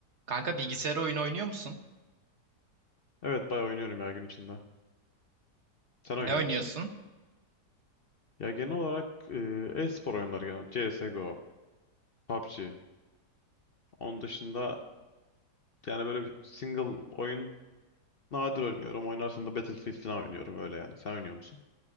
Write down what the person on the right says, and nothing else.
Kanka bilgisayar oyunu oynuyor musun?
Ne oynuyorsun?